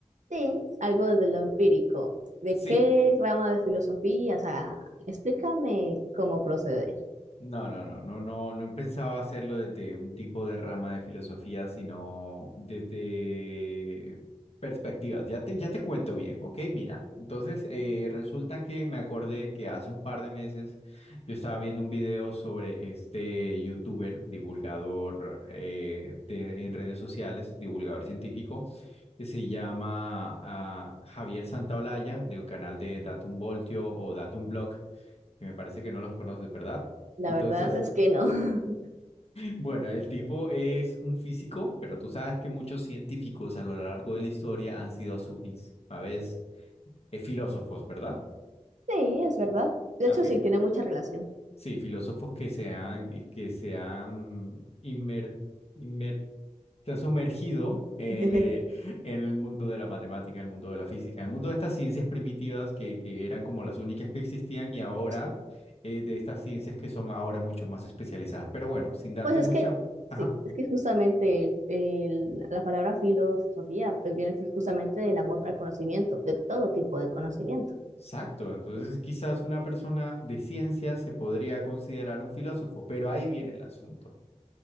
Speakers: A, on the right; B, on the left.
A: Sí, algo de lo empírico. ¿De
B: Sí.
A: qué rama de filosofía? O sea, explícame cómo proceder.
B: No, no, no, no, no, no pensaba hacerlo desde un tipo de rama de filosofía, sino desde perspectivas. Ya te, ya te cuento bien, ¿ok? Mira, entonces eh, resulta que me acordé que hace un par de meses yo estaba viendo un video sobre este youtuber, divulgador eh, de- en redes sociales, divulgador científico, que se llama ah, Javier Santaolalla, del canal de Datum Voltio o Datum Blog, que me parece que no los conoces, ¿verdad?
A: La
B: Entonces,
A: verdad es que no. <laughs>
B: bueno, el tipo es un físico, pero tú sabes que muchos científicos a lo largo de la historia han sido a su vis- a vez eh, filósofos, ¿verdad?
A: Sí, es verdad. De
B: Ok,
A: hecho, sí, tiene mucha relación.
B: sí, filósofos que se han, y que se han, inmer- inmer- se han sumergido en,
A: <laughs>
B: eh, en el mundo de la matemática, en el mundo de la física, en el mundo de estas ciencias primitivas que, que eran como las únicas que existían y ahora
A: Sí,
B: eh, de estas ciencias que son ahora mucho más especializadas. Pero bueno, sin darte
A: Pues es
B: mucha...
A: que,
B: Ajá.
A: sí, es que justamente el- el- la palabra filosofía pues viene justamente del amor al conocimiento, de todo tipo de conocimiento.
B: Exacto, entonces quizás una persona de ciencia se podría considerar un filósofo, pero ahí viene el asunto,